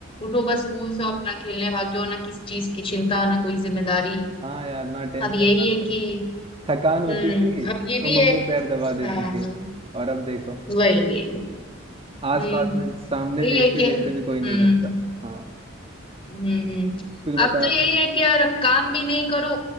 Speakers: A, on the left; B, on the right.
A: उठो बस स्कूल से अपना खेलने भाग जाओ ना किसी चीज की चिंता ना कोई जिम्मेदारी
B: हाँ यार ना टेंशन
A: अब यही
B: ना
A: है
B: थ-
A: कि
B: थकान होती
A: हम्म
B: थी
A: अब
B: तो
A: ये भी है
B: मम्मी पैर दबा देती
A: हाँ हाँ
B: थी और अब देखो
A: वही वही
B: आसपास
A: वही
B: में सामने
A: यही
B: देखते
A: है कि
B: देखते
A: हम्म
B: भी कोई नहीं मिलता हाँ
A: हम्म हम्म।
B: कुछ बता
A: अब तो यही है कि यार अब काम भी नहीं करो